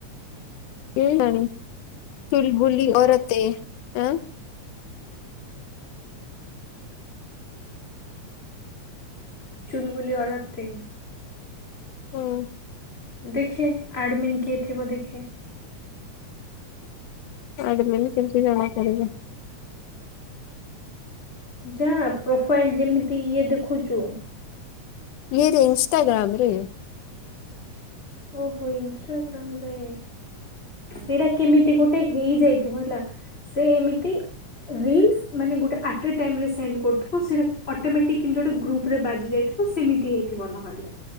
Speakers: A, on the left (about 80°); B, on the left (about 20°).
A: କେୟାଣି ଚୁଲବୁଲି ଅରତେ ଆଁ
B: ଚୁଲବୁଲି ଅରତେ।
A: ହଁ।
B: ଦେଖେ ଆଡ଼ମିନ୍ କିଏ ଥିବ ଦେଖେ।
A: ଆଡ଼ମିନ୍ କେମିତି ଜଣାପଡ଼ିବ?
B: ଯା ପ୍ରୋଫାଇଲ୍ ଯେମିତି ଇଏ ଦେଖୁଚୁ
A: ଇଏରେ ଇନ୍ଷ୍ଟାଗ୍ରାମ୍ ରେ?
B: ଓହୋ ଇନ୍ଷ୍ଟାଗ୍ରାମ୍ ରେ। ସେଟା କେମିତି ଗୋଟେ ହେଇଯାଇଥିବ ହେଲା ସେ ଏମିତି ରିଲ୍ସ ମାନେ ଗୋଟେ ଆଟେ ଟାଇମ୍ ରେ ସେଣ୍ଡ୍ କରୁଥୁ ସେଇଟା ଅଟୋମେଟିକ୍ କେମ୍ତି ଗୋଟେ ଗ୍ରୁପ ରେ ବାଜି ଯାଇଥିବ ସେମିତି ହେଇଥିବ ନହେଲେ।